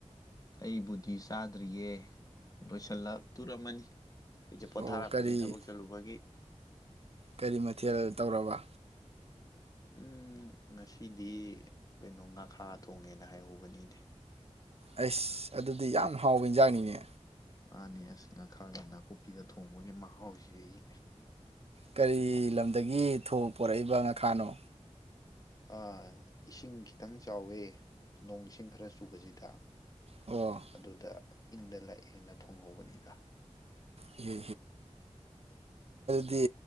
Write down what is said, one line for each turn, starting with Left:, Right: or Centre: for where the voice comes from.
Left: ꯑꯩꯕꯨꯗꯤ ꯆꯥꯗ꯭ꯔꯤꯌꯦ ꯂꯣꯏꯁꯜꯂꯛ ꯇꯣꯔꯝꯃꯅꯤ ꯍꯧꯖꯤꯛ ꯄꯣꯊꯥꯔꯝꯕꯅꯦ
Right: ꯑꯣ ꯀꯔꯤ
Left: ꯊꯕꯛ ꯆꯠꯂꯨꯕꯒꯤ <inaudible>
Right: ꯀꯔꯤ ꯃꯊꯦꯜ ꯇꯧꯔꯕ
Left: ꯎꯝ ꯉꯁꯤꯗꯤ ꯀꯩꯅꯣ ꯉꯥꯈꯥ ꯊꯣꯡꯉꯦꯅ ꯍꯥꯏꯍꯧꯕꯅꯤꯅꯦ
Right: ꯑꯩꯁ ꯑꯗꯨꯗꯤ ꯌꯥꯝ ꯍꯥꯎꯕ ꯏꯟꯖꯥꯡꯅꯤꯅꯦ
Left: ꯃꯥꯟꯅꯦ ꯑꯁ ꯉꯈꯥꯗ ꯅꯥꯀꯨꯞꯄꯤꯒ ꯊꯣꯡꯕꯒꯤ ꯃꯍꯥꯎꯁꯤꯗꯤ
Right: ꯀꯔꯤ ꯂꯝꯗꯒꯤ ꯊꯣꯡ ꯄꯨꯔꯛꯏꯕ ꯉꯥꯈꯥꯅꯣ
Left: ꯑꯥ ꯏꯁꯤꯡ ꯈꯤꯇꯪ ꯆꯥꯎꯋꯦ ꯅꯣꯡꯆꯤꯡ ꯈꯔ ꯆꯨꯕꯁꯤꯗ
Right: ꯑꯣ
Left: ꯑꯗꯨꯗ ꯏꯟꯗ ꯂꯥꯛꯑꯦꯅ ꯊꯣꯡꯍꯧꯕꯅꯤꯗ
Right: ꯏꯍꯦ ꯗꯤ